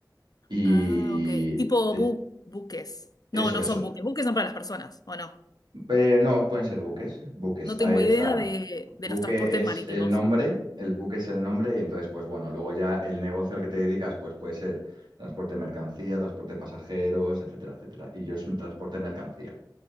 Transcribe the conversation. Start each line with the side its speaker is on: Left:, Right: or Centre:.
Right: Y
Left: Ah, ok. Tipo
Right: eh,
Left: bu- buques.
Right: eso
Left: No, no
Right: es,
Left: son buques. Buques son para las personas, ¿o no?
Right: Eh, no, pueden ser buques, buques.
Left: No tengo
Right: Ahí,
Left: idea
Right: o sea,
Left: de, de
Right: buque
Left: los transportes
Right: es
Left: marítimos.
Right: el nombre, el buque es el nombre y entonces, pues bueno, luego ya el negocio al que te dedicas, pues puede ser transporte de mercancía, transporte de pasajeros, etcétera, etcétera. Y yo es un transporte de mercancía.